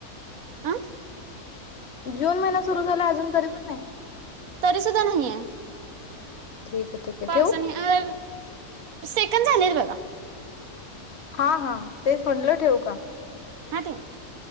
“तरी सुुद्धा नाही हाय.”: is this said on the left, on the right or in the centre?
Right